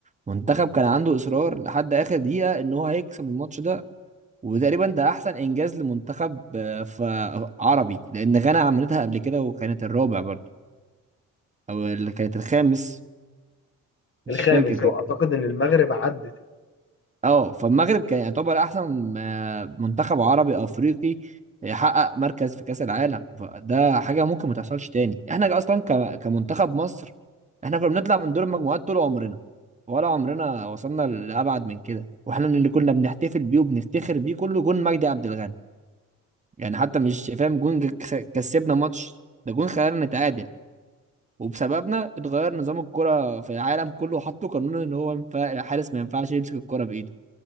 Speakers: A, on the right; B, on the left.
A: منتخب كان عنده اصرار لحد اخر دقيقه ان هو هيكسب الماتش ده وتقريبا ده احسن انجاز لمنتخب آه، ف- آه، عربي لان غانا عملتها قبل كده وكانت الرابع برضه او اللي كانت الخامس مش
B: الخامس
A: فاكر تق-
B: واعتقد ان المغرب عدت
A: اه فالمغرب كان يعتبر احسن آه، منتخب عربي افريقي يحقق مركز في كاس العالم فده حاجه ممكن ما تحصلش تاني احنا اصلا ك- كمنتخب مصر احنا كنا بنطلع من دور المجموعات طول عمرنا ولا عمرنا وصلنا لابعد من كده واحنا اللي كنا بنحتفل بيه وبنفتخر بيه كله جون مجدي عبد الغني يعني حتى مش فاهم جون ج- كس- كسبنا ماتش ده جون خلانا نتعادل وبسببنا اتغير نظام الكرة في العالم كله وحطوا قانون ان هو ينفع الحارس ما ينفعش يمسك الكرة بايده